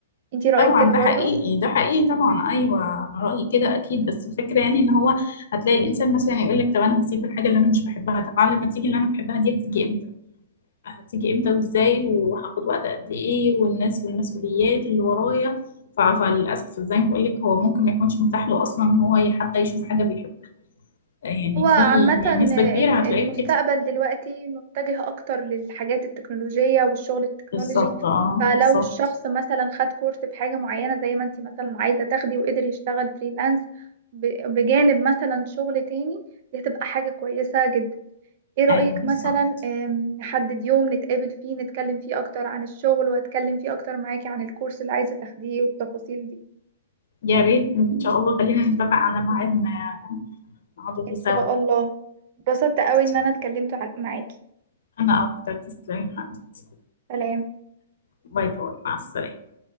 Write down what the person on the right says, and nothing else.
انتي رأيك
كده
برضو
هو عامة
ال-
المستقبل
دلوقتي متجه أكتر للحاجات التكنولوجية والشغل التكنولوجي
فلو
الشخص مثلا خد كورس في حاجة معينة زي ما انتي مثلا عايزة تاخدي وقدر يشتغل فريلانس ب- بجانب مثلا شغل تاني دي هتبقى حاجة كويسة جدا ايه رأيك
مثلا آم، نحدد يوم نتقابل فيه نتكلم فيه أكتر عن الشغل وأتكلم فيه أكتر معاكي عن الكورس اللي عايزة تاخديه والتفاصيل دي
إن شاء الله اتبسطت قوي إن
أنا اتكلمت ع- معاكي
سلام